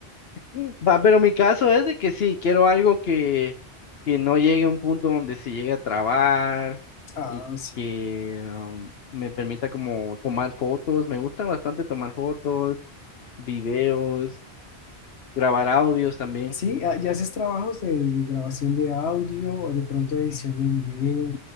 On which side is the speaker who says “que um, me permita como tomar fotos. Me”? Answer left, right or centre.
Left